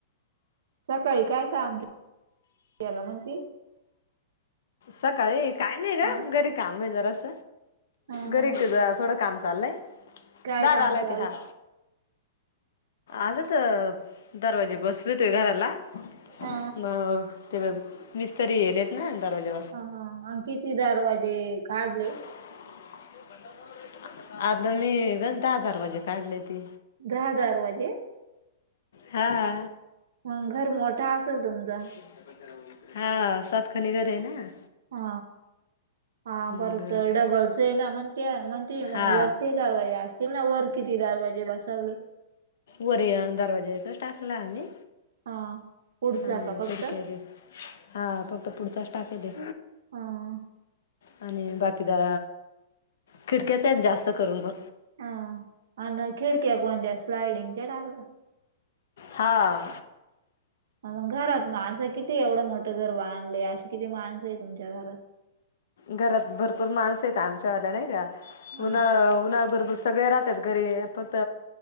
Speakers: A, on the right; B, on the left.
A: सकाळी काय काम केल म्हणती?
B: सकाळी, काय नही ग
A: ह
B: घरी काम आहे जरास.
A: ह
B: घरी
A: ह
B: ते जरा थोडं काम चाललय,
A: काय
B: दादा
A: काम
B: आलाय
A: चालू
B: ते हां. आज तं दरवाजे बसविते घराला.
A: ह
B: म ते मिस्तरी येयलेत ना दरवाजा
A: ह हा अं किती दरवाजे काढले?
B: <inaudible> आता मी गन दहा दरवाजे काढलेती.
A: दहा दरवाजे
B: हां!
A: मंग घर मोठ असेल तुमच?
B: <inaudible> हा सात खणी घर आहे ना.
A: हा हा आ
B: मग
A: बरं तर डबलच हे ना मण त्यां, म्हण ती
B: हा
A: मंग वरचे दरवाजे असतील ना, वर किती दरवाजे बसवले?
B: वरी अन दरवाजा एकच टाकला आम्ही,
A: हा पुढचा
B: आणि
A: का फक्त
B: खिडक्या तें. हा फक्त पुढचाच टाकेद दे.
A: हा
B: आणि बाकीदा खिडक्याच आहेत जास्त करून म.
A: ह अन खीडक्या कोणत्या स्लाईडींगच्या टाकल्या?
B: हां!
A: ह मंग घरात माणसं कितीय, एवढं मोठं घर बांधलंय अशी किती माणसं हे तुमच्या घरात?
B: घरात भरपूर माणस हेत आमच्या वाल्या नाही का,
A: हा
B: उन्हाळा उन्हाळ भर बसु सगळे राहत्यांत घरी फक्त